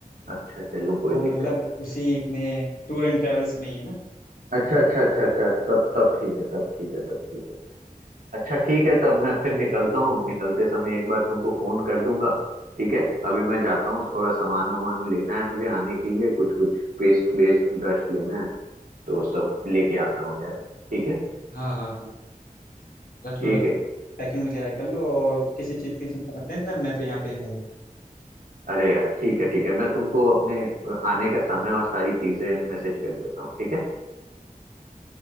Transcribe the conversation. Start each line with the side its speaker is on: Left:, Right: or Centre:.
Right: अच्छा चलो कोई
Left: वो
Right: दिक्कत
Left: मतलब उसी अपने टूर एंड ट्रेवल्स में ही है ना
Right: अच्छा अच्छा अच्छा अच्छा तब तब ठीक है तब ठीक है तब ठीक है अच्छा ठीक है तब मैं फिर निकलता हूँ
Left: हाँ
Right: निकलते समय एक बार तुमको फोन कर दूंगा ठीक है अभी मैं जाता हूँ थोड़ा सामान वामान लेना है मुझे आने के लिए कुछ कुछ पेस्ट वेस्ट ब्रश लेना है तो सब लेके आता हूँ यार ठीक है
Left: हाँ हाँ रख
Right: ठीक
Left: लो रख
Right: है
Left: लो पैकिंग वगैरह कर लो और किसी चीज़ की चिंता मत लेना मैं तो यहाँ पे हूँ ही।
Right: अरे यार ठीक है ठीक है मैं तुमको अपने अ, आने का समय और सारी चीजें मैसेज कर देता हूँ ठीक है